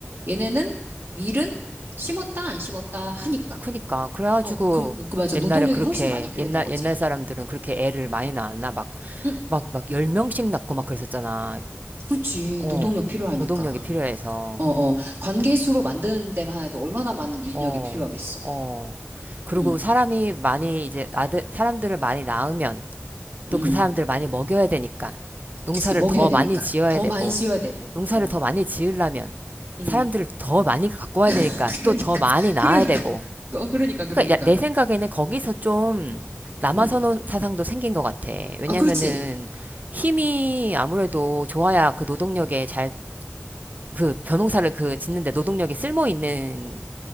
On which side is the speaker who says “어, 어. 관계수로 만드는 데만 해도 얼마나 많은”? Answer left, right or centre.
Right